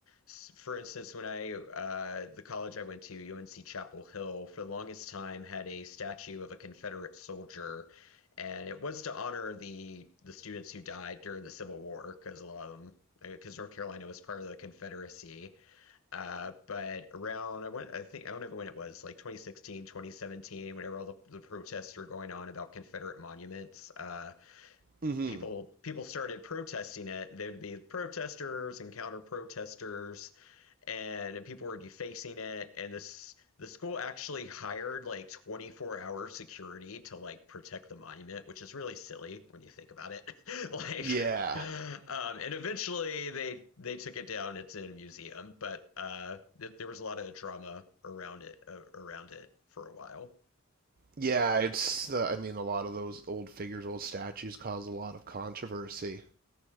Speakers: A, on the left; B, on the right.
A: s- for instance, when I uh, the college I went to, UNC Chapel Hill, for the longest time had a statue of a Confederate soldier, and it was to honor the the students who died during the Civil War, because a lot of them, because North Carolina was part of the Confederacy. Uh, but around, I, went, I think, I don't know when it was, like 2016, 2017, whenever all the, the protests were going on about Confederate monuments, uh,
B: Mm-hmm.
A: people people started protesting it. There'd be protesters and counter protesters, and people were defacing it. And this the school actually hired like 24 hour security to like protect the monument, which is really silly when you think about it. <laughs> like,
B: yeah
A: um, and eventually they they took it down. It's in a museum, but uh, th- there was a lot of drama around it uh, around it for a while.
B: yeah it's uh, i mean a lot of those old figures old statues cause a lot of controversy